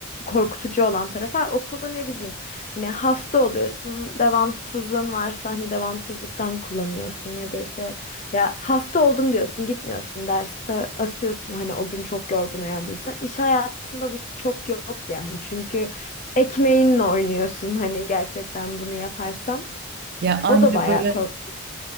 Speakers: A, on the left; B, on the right.
A: korkutucu olan tarafı okulda ne bileyim hani hasta oluyorsun devamsızlığın varsa hani devamsızlıktan kullanıyorsun ya da işte ya hasta oldum diyorsun gitmiyorsun derse asıyorsun hani o gün çok yorgun uyandıysa iş hayatında bu çok yok yani çünkü ekmeğinle oynuyorsun hani gerçekten bunu yaparsan
B: Ya anca
A: o da bayağı
B: böyle
A: korkutucu.